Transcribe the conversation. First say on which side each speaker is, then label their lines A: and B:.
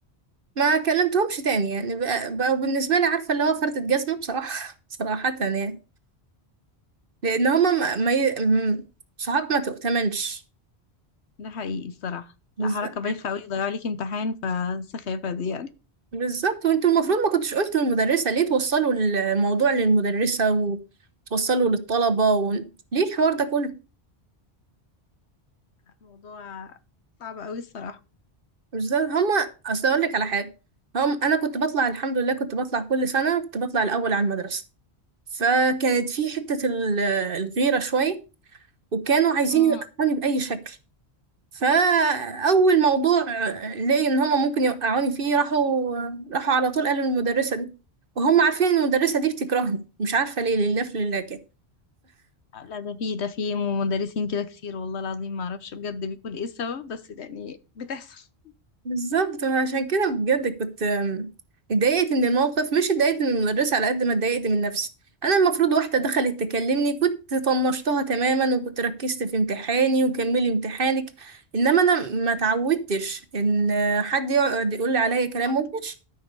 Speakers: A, on the right; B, on the left.
A: ما كلمتهمش تاني يعني بقى- بقوا بالنسبه لي عارفه اللي هو فردة جزمه بصراحه <laughs> صراحه يعني لان هما ما ما ي... م- صحاب ما تؤتمنش
B: ده حقيقي الصراحة
A: بالظبط
B: لا حركة بايخة قوي ضيع عليكي امتحان فالسخافة دي
A: بالظبط وانتوا المفروض ما كنتش قلتوا للمدرسه ليه توصلوا الموضوع للمدرسه وتوصلوا للطلبه و... ليه الحوار ده كله
B: موضوع صعب قوي الصراحة
A: بالظبط هما اصل اقول لك على حاجه هم انا كنت بطلع الحمد لله كنت بطلع كل سنه كنت بطلع الاول على المدرسه فكانت في حتة ال- الغيرة شوية وكانوا عايزين
B: مم.
A: يوقعوني بأي شكل فأول موضوع لقي إن هما ممكن يوقعوني فيه راحوا راحوا على طول قالوا للمدرسة دي وهم عارفين إن المدرسة دي بتكرهني مش عارفة ليه لله في لله كده
B: لا ده في ده في مدرسين كده كتير والله العظيم ما اعرفش بجد بيكون ايه السبب بس يعني بتحصل
A: بالظبط عشان كده بجد كنت أم، اتضايقت من الموقف مش اتضايقت من المدرسة على قد ما اتضايقت من نفسي انا المفروض واحدة دخلت تكلمني كنت طنشتها تماما وكنت ركزت في امتحاني وكملي امتحانك انما انا ما اتعودتش ان حد يقعد يقول لي عليا كلام
B: برضه
A: وحش